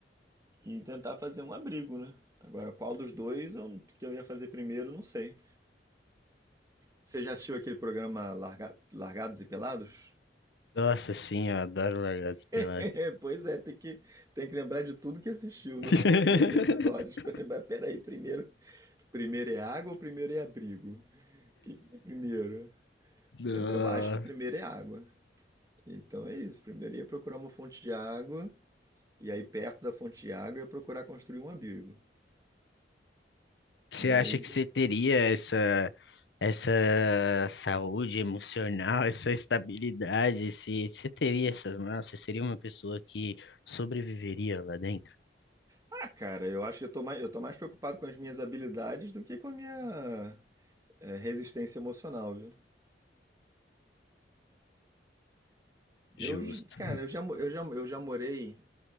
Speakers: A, on the right; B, on the left.
A: e tentar fazer um abrigo, né? Agora, qual dos dois eu, que eu ia fazer primeiro, não sei. Você já assistiu aquele programa Larga- Largados e Pelados?
B: Nossa, sim, eu adoro largados e pelados.
A: <laughs> Pois é, tem que, tem que lembrar de tudo que assistiu no-
B: <laughs>
A: nos episódios. pra lembrar. Peraí, primeiro, primeiro é água ou primeiro é abrigo? O que que é primeiro?
B: Nossa.
A: Mas eu acho que primeiro é água. Então é isso. Primeiro ia procurar uma fonte de água, e aí perto da fonte de água eu ia procurar construir um abrigo.
B: Você
A: E
B: acha
A: aí. de-
B: que você teria essa, essa saúde emocional, essa estabilidade? Se você teria essas, nossa, você seria uma pessoa que sobreviveria lá dentro?
A: Ah, cara, eu acho que eu tô mais, eu tô mais preocupado com as minhas habilidades do que com a minha, é, resistência emocional, viu? Eu,
B: Justo.
A: j- cara, eu já, mo- eu já, eu já morei